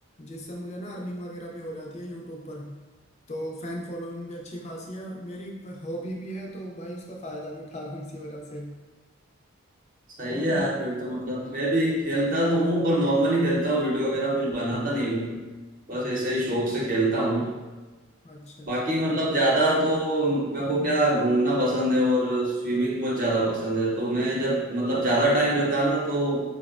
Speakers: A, on the left (about 35°); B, on the right (about 45°).
A: जिससे मुझे ना अर्निंग वगैरह भी हो जाती है यूट्यूब पर तो फैन फॉलोइंग भी अच्छी खासी है मेरी हॉबी भी है तो भाई उसका फायदा भी उठा रहा हूँ इसी वजह से
B: सही
A: और
B: है यार
A: तुम
B: फिर तो मतलब मैं भी खेलता तो हूँ पर नॉर्मली खेलता हूँ वीडियो वगैरह कुछ बनाता नहीं हूँ बस
A: अच्छा
B: ऐसे ही शौक से खेलता हूँ
A: अच्छा अच्छा
B: बाकी मतलब ज्यादा तो मेरे को क्या घूमना पसंद है और स्विमिंग बहुत ज्यादा पसंद है तो मैं जब मतलब ज्यादा टाइम रहता है ना तो